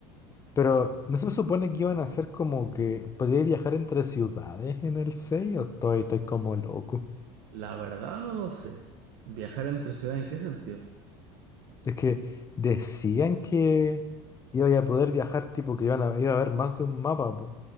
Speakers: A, on the left; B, on the right.
A: Pero ¿no se supone que iban a hacer como que podía viajar entre ciudades en el 6 o estoy, estoy como loco?
B: la verdad no lo sé. ¿Viajar entre ciudades en qué sentido?
A: Es que decían que iba a poder viajar, tipo que iban a, iba a haber más de un mapa, po.